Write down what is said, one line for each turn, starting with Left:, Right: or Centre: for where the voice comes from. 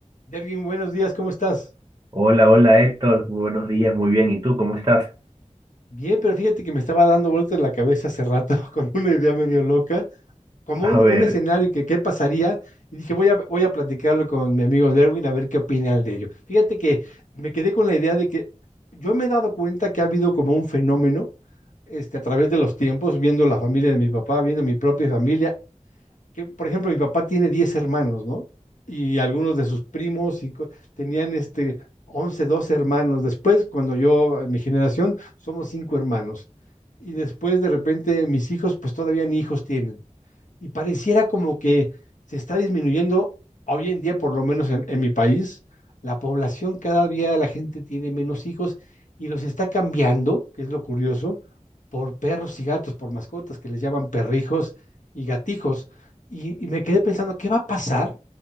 Left: Dergin, buenos días, ¿cómo estás?
Right: Hola, hola Héctor, buenos días, muy bien. ¿Y tú cómo estás?
Left: Bien, pero fíjate que me estaba dando vueltas la cabeza hace rato <laughs> con una idea medio loca, como
Right: A
Left: un,
Right: ver,
Left: un escenario que qué pasaría, y dije, voy a, voy a platicarlo con mi amigo Derwin a ver qué opina él de ello. Fíjate que me quedé con la idea de que yo me he dado cuenta que ha habido como un fenómeno este, a través de los tiempos, viendo la familia de mi papá, viendo mi propia familia, que, por ejemplo, mi papá tiene 10 hermanos, ¿no? Y algunos de sus primos y co- tenían este 11, 12 hermanos. Después, cuando yo, en mi generación, somos cinco hermanos. Y después, de repente, mis hijos, pues todavía ni hijos tienen y pareciera como que se está disminuyendo hoy en día, por lo menos en, en mi país, la población cada día la gente tiene menos hijos y los está cambiando, que es lo curioso, por perros y gatos, por mascotas que les llaman perrijos y gatijos. Y, y me quedé pensando, ¿qué va a pasar